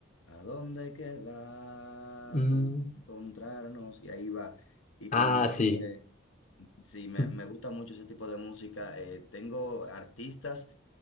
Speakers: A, on the left; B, on the left.
A: a dónde quedamos
B: Mm,
A: de encontrarnos, y ahí va. Y
B: Ah, sí.
A: eh, sí, me,
B: <laughs>
A: me gusta mucho ese tipo de música. Eh, tengo artistas.